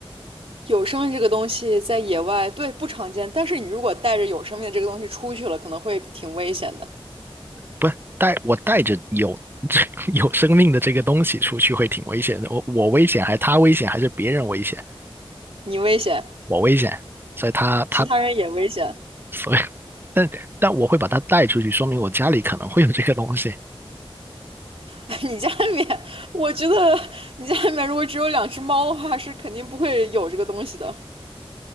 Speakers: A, on the right; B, on the right.
A: 有生命这个东西在野外，对，不常见，但是你如果带着有生命的这个东西出去了，可能会挺危险的，
B: 不是带我带着有 <laughs> 有生命的这个东西出去会挺危险的，我我危险还是他危险还是别人危险？
A: 你危险，
B: 我危险，所以他他
A: 其他人也危险。
B: 所以，<laughs> 但但我会把它带出去，说明我家里可能会有这个东西。
A: <laughs> 你家里面，我觉得你家里面如果只有两只猫的话，是肯定不会有这个东西的。